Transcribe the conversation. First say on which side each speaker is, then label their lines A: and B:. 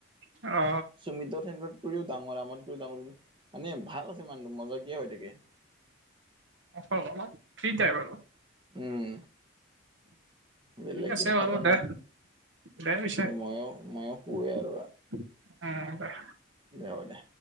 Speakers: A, on the right; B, on the right.
A: অ।
B: সুমিতৰ সেন্দত কৰিও ডাঙৰ আমত কৰিও ডাঙৰ মানে ভাল আছে মানুহ মজাকিয় হৈ থাকে।
A: অ অলপ ফ্ৰীটাইপ আৰু।
B: উম। বেলেগ
A: ঠিক আছে
B: দিন
A: বাৰু
B: খাটাৰ
A: দে
B: নাই
A: দে পিছে
B: ময়ো ময়ো শুৱে
A: উম
B: আৰু
A: দে।
B: দে হ'ব দে।